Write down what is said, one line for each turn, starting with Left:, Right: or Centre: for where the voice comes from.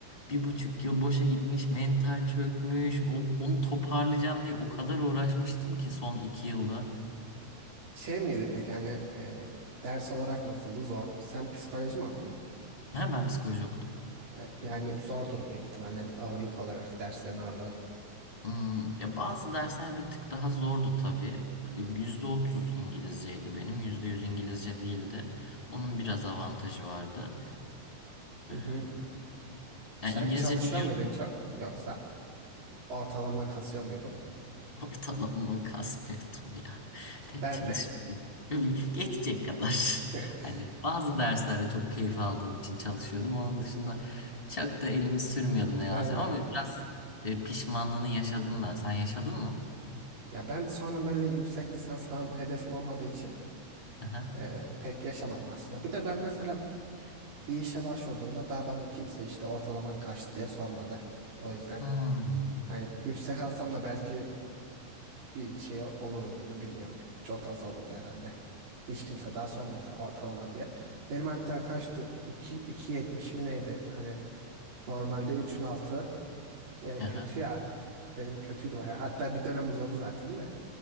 Left: bir buçuk yıl boşa gitmiş, mental çökmüş. O, onu toparlayacağım diye o kadar uğraşmıştım ki son iki yılda.
Right: Şey miydi peki hani e, ders olarak nasıldı? Zor. Sen psikoloji mi okudun?
Left: Ha, ben psikoloji okudum.
Right: E, yani zordur büyük ihtimalle de ağırlık olarak derslerin ağırlığı.
Left: Hmm, ya bazı dersler bir tık daha zordu tabii. E, Yüzde otuz İngilizceydi benim. Yüzde yüz İngilizce değildi. Onun biraz avantajı vardı.
Right: Hı
Left: Ee,
Right: hı. Sen
Left: yani İngilizce
Right: çalışıyor
Left: biliyordum.
Right: muydun çok yoksa ortalama kasıyor muydun?
Left: Ortalamama kasmıyordum ya. Pek
Right: Ben
Left: çalışmıyordum.
Right: de.
Left: Geçecek kadar. <laughs>
Right: <laughs>
Left: Hani bazı derslerde çok keyif aldığım için çalışıyordum. Onun dışında çok da elimi sürmüyordum ne
Right: Ben
Left: yalan söyleyeyim.
Right: de ya.
Left: Ama biraz e, pişmanlığını yaşadım ben. Sen yaşadın mı?
Right: Ya ben sonra böyle yüksek lisans falan hedefim olmadığı için
Left: Aha.
Right: eee, pek yaşamadım aslında. Bir de ben mesela bir işe başvurduğumda daha bana kimse işte ortalaman kaçtı diye sormadı. O yüzden
Left: Hmm.
Right: hani yüksek alsam da belki bir şey olur muydu bilmiyorum. Çok az olurdu herhalde. Hiç kimse daha sormadı ortalama diye. Benim hatta kaçtı? iki iki 2.70 mi neydi? Hani normalde üçün altı e,
Left: Aha.
Right: kötü ya. Benim kötüydü bayağı. Hatta bir dönem uzadı zaten de.